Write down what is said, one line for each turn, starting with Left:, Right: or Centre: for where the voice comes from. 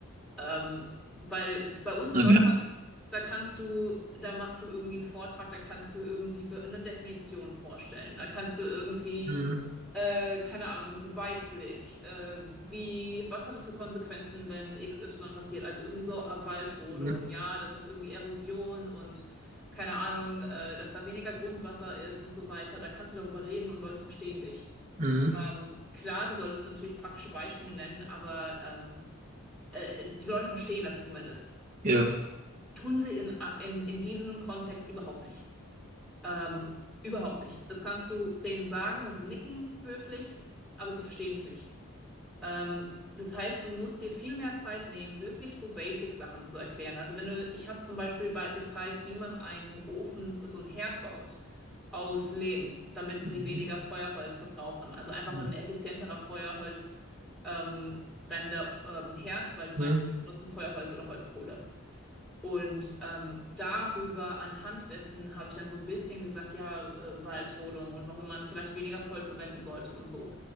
Centre: Ähm, weil bei uns in
Right: Okay.
Centre: Deutschland, da kannst du, da machst du irgendwie einen Vortrag, da kannst du irgendwie be- eine Definition vorstellen, da kannst du irgendwie,
Right: Mhm.
Centre: äh, keine Ahnung, Weitblick, äh, wie, was hat das für Konsequenzen, wenn XY passiert? Also irgendwie so äh, Waldrodung,
Right: Mhm.
Centre: ja, das ist irgendwie Erosion und keine Ahnung, äh, dass da weniger Grundwasser ist und so weiter. Da kannst du darüber reden und Leute verstehen dich.
Right: Mhm.
Centre: Ähm, klar, du solltest natürlich praktische Beispiele nennen, aber ähm, äh, die Leute verstehen das zumindest.
Right: Ja.
Centre: Tun sie in, äh, in, in diesem Kontext überhaupt nicht. Ähm, überhaupt nicht. Das kannst du denen sagen und sie nicken höflich, aber sie verstehen es nicht. Ähm, das heißt, du musst dir viel mehr Zeit nehmen, wirklich so Basic-Sachen zu erklären. Also wenn du, ich habe zum Beispiel bei, gezeigt, wie man einen Ofen, so einen Herd baut aus Lehm, damit
Right: Mhm.
Centre: sie weniger Feuerholz verbrauchen. Also einfach
Right: Mhm.
Centre: ein effizienterer Feuerholz ähm, brennender ähm, Herd, weil die meisten
Right: Mhm.
Centre: benutzen Feuerholz oder Holzkohle. Und ähm, darüber, anhand dessen, habe ich dann so ein bisschen gesagt, ja, äh, Waldrodung und warum man vielleicht weniger Holz verwenden sollte und so.